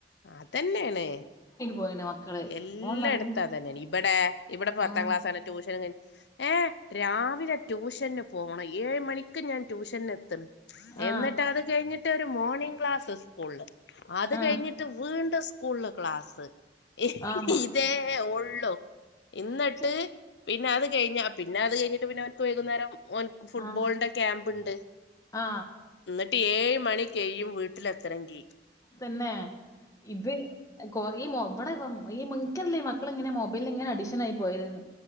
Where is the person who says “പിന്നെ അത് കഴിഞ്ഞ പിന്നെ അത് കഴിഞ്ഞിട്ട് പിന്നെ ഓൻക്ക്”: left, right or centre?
Left